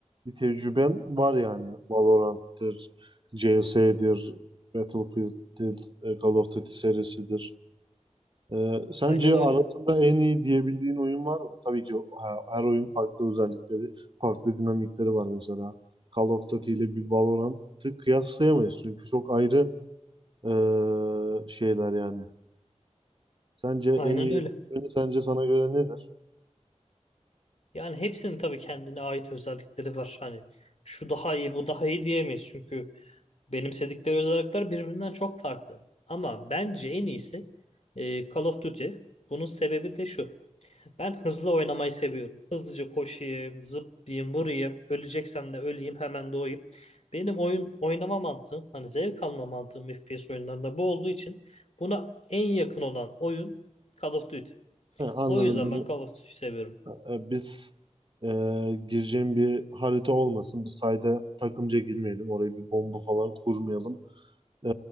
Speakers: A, on the right; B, on the left.
A: bir tecrüben var yani. Valorant'tır, CS'dir, Battlefield'dir, e, Call of Duty serisidir. E, sence
B: aynen öyle.
A: arasında en iyi diyebildiğin oyun var mı? Tabii ki her, her oyun farklı özellikleri, farklı dinamikleri var mesela. Call of Duty ile bir Valorant'ı kıyaslayamayız çünkü çok ayrı e, şeyler yani. Sence en
B: Aynen
A: iyi
B: öyle.
A: ürünü sence sana göre nedir?
B: Yani hepsinin tabii kendine ait özellikleri var. Hani şu daha iyi, bu daha iyi diyemeyiz. Çünkü benimsedikleri özellikler birbirinden çok farklı. Ama bence en iyisi e, Call of Duty. Bunun sebebi de şu. Ben hızlı oynamayı seviyorum. Hızlıca koşayım, zıplayayım, vurayım. Öleceksem de öleyim, hemen doğayım. Benim oyun oynama mantığım, hani zevk alma mantığım FPS oyunlarında bu olduğu için buna en yakın olan oyun Call of Duty.
A: He, anladım
B: O yüzden
A: böyle
B: ben Call of Duty seviyorum.
A: e, biz e, gireceğim bir harita olmasın. Biz sayda takımca girmeyelim. Oraya bir bomba falan kurmayalım. E,